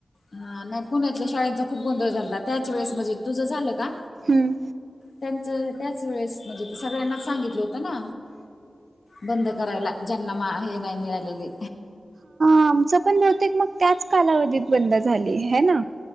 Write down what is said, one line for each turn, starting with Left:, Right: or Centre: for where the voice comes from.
Left: हा, नाही पुण्यातल्या शाळेचा खूप गोंधळ झालता त्याच वेळेस म्हणजे तुझं झालं का.
Right: हम्म
Left: त्यांचं त्याच वेळेस म्हणजे सगळ्यांनाच सांगितलं होतं ना. बंद करायला ज्यांना मा हे नाही मिळालेले.
Right: आमच पण बहतेक मग त्याच कालावधीत बंद झाली हे ना.